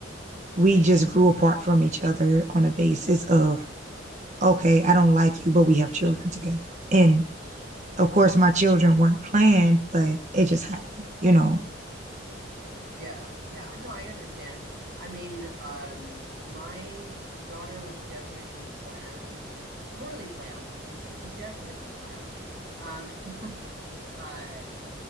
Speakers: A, on the right (about 40°); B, on the right (about 55°).
A: we just grew apart from each other on a basis of, okay, I don't like you, but we have children together. And of course, my children weren't planned, but it just happened, you know.
B: Yeah, yeah. No, I understand. I mean, um, my daughter was definitely planned, poorly planned, but she was definitely planned. Um, <laughs> uh,